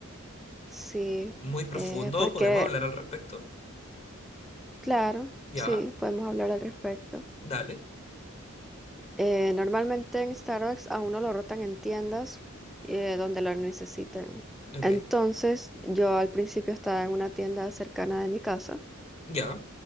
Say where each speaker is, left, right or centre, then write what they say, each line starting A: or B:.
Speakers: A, in the centre; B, on the left.
A: Sí,
B: muy profundo,
A: eh, porque,
B: podemos hablar al respecto.
A: claro,
B: Ya,
A: sí, podemos hablar al respecto.
B: dale,
A: Eh, normalmente en Starbucks a uno lo rotan en tiendas eh, donde lo necesiten.
B: ok,
A: Entonces, yo al principio estaba en una tienda cercana de mi casa
B: ya,